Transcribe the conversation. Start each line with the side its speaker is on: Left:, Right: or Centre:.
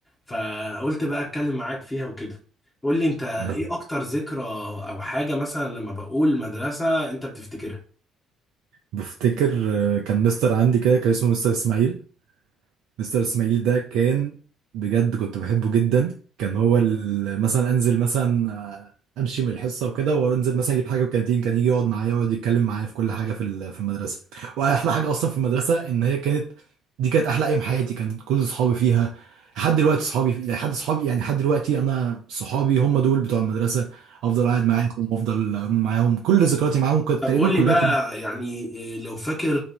Left: فقلت بقى اتكلم معاك فيها وكده قول لي انت ايه
Right: انا كنت
Left: اكتر ذكرى او حاجه مثلا لما بقول مدرسه انت بتفتكرها
Right: بفتكر آه، كان مستر عندي كده كان اسمه مستر اسماعيل مستر اسماعيل ده كان بجد كنت بحبه جدا كان هو ال- مثلا انزل مثلا آه، امشي من الحصه وكده وانزل مثلا اجيب حاجه في الكانتين كان يجي يقعد معايا ويقعد يتكلم معايا في كل حاجه في ال- في المدرسه واحلى حاجه اصلا في المدرسه ان هي كانت دي كانت احلى ايام حياتي كان كل اصحابي فيها لحد دلوقتي صحابي في... لحد صحابي يعني لحد دلوقتي انا صحابي هم دول بتوع المدرسه افضل قاعد معاهم وافضل معاهم كل ذكرياتي معاهم كانت
Left: طب
Right: تقريبا
Left: قول
Right: كلها
Left: لي بقى يعني إيه، لو فاكر